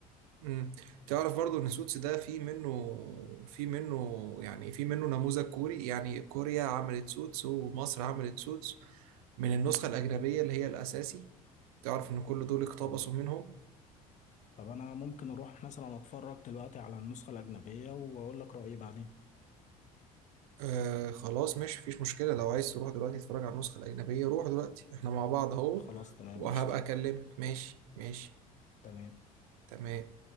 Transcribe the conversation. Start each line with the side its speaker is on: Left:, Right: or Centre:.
Right: امم تعرف برضو ان سوتس ده في منه في منه يعني في منه نموذج كوري يعني كوريا عملت سوتس ومصر عملت سوتس من النسخة الأجنبية اللي هي الأساسي تعرف إن كل دول اقتبسوا
Left: طب
Right: منهم
Left: طب انا ممكن اروح مثلا اتفرج دلوقتي على النسخة الأجنبية واقول لك رأيي بعدين
Right: آه خلاص مش فيش مشكلة لو عايز تروح دلوقتي تتفرج على النسخة الأجنبية روح دلوقتي احنا مع بعض اهو
Left: خلاص تمام
Right: وهبقى
Left: قشطة
Right: أكلمك ماشي ماشي
Left: تمام
Right: تمام